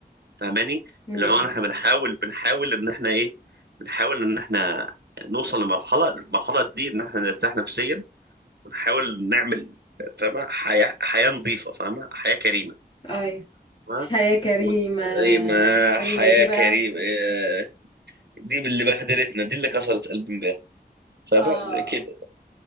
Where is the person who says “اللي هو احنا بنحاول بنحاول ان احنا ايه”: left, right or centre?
Right